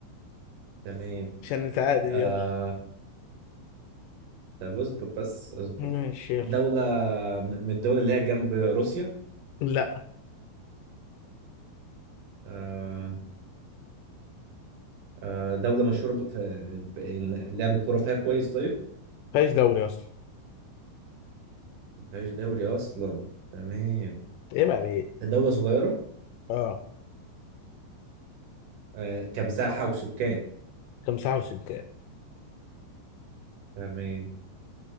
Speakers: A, on the right; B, on the left.
A: تمام
B: عشان نتعادل
A: آه
B: يلا
A: طب اصبر بس اصبر
B: ماشي يلا
A: دولة م- من الدول اللي هي جنب روسيا
B: لا
A: آه آه دولة مشهورة ب... في... ب... إن لعب الكورة فيها كويس طيب
B: فيهاش دوري اصلا
A: مفيهاش دوري اصلا تمام
B: ايه بقى ايه
A: دولة صغيرة
B: اه
A: آه كمساحة وسكان
B: تمسحه وسلكاه
A: تمام